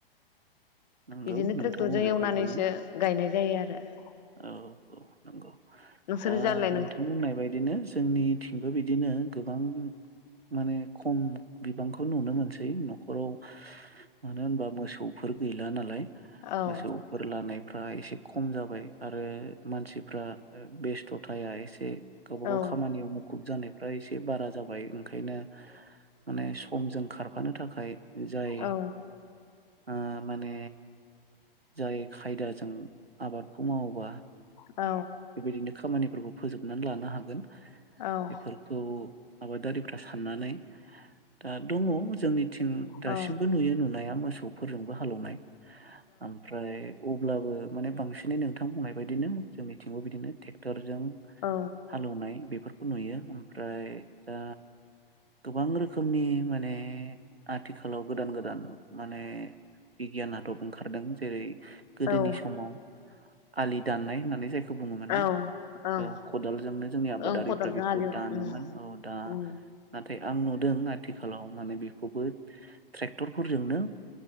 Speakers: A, on the right (about 85°); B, on the left (about 45°).
A: नंगौ
B: बिदिनो
A: नोंथां
B: ट्रेक्टरजों
A: बुंनाय
B: एवनानैसो
A: बायदिनो
B: गायनाय जायो आरो। <inaudible>
A: औ औ नंगौ
B: नोंसोरनि
A: दा
B: जालाय
A: नोंथां बुंनाय बायदिनो जोंनिथिंबो बिदिनो गोबां माने खम बिबांखौ नुनो मोनसै न'खराव मानो होनबा मोसौफोर गैला नालाय।
B: औ
A: मोसौफोर लानाय फ्रा एसे खम जाबाय। आरो मानसिफ्रा बेस्थ' थाया एस से गावबा गाव
B: औ
A: खामानियाव मुखुब जानाय फ्रा एसे बारा जाबाय ओंखायनो माने समजों खारफानो थाखाय जाय
B: औ
A: ओ माने जाय खायदाजों आबाद खौ मावबा
B: औ
A: बेबायदिनो खामानिफोरखौ फोजोबनानै लानो हागोन।
B: औ
A: बेफोरखौ आबादारिफ्रा साननानै दा दङ' जोंनि थिं दासिमबो
B: औ
A: नुयो नुनाया मोसौफोरजोंबो हालेवनाय। ओमफ्राय अब्लाबो माने बांसिनै नोंथां बुंनाय बायदिनो जोंनि बिदिनो ट्रेक्टरजों
B: औ
A: हालेवनाय बेफोर खौ नुयो ओमफ्राय दा गोबां रोखोमनि माने आथिखालाव गोदान गोदान माने बिगियान आदब ओंखारदों जेरै गोदोनि
B: औ
A: समाव आलि दाननाय होननानै जाय खौ बुङोमोन ना
B: औ ओं
A: औ खदालजोंनो जोंनि आबादारिफ्रा
B: ओं खदालजों
A: बेखौ
B: हालेवो
A: दानोमोन
B: उम
A: औ दा
B: उम
A: ना थाय आं नुदों आथिखालाव माने बेखौबो ट्रेक्टरफोरजोंनो